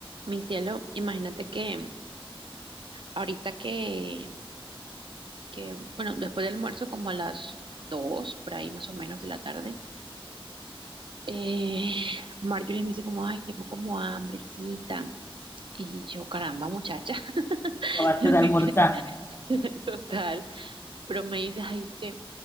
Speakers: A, on the right (about 60°); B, on the left (about 25°).
A: Mi cielo, imagínate que ahorita que, que, bueno, después del almuerzo, como a las dos, por ahí más o menos de la tarde, eh, Marjorie me dice como, ay, tengo como hambrecita. Y yo, caramba, muchacha. <laughs>
B: acabaste
A: Así
B: de almorzar.
A: que,
B: O
A: <laughs> total. Pero me dice, ay, es que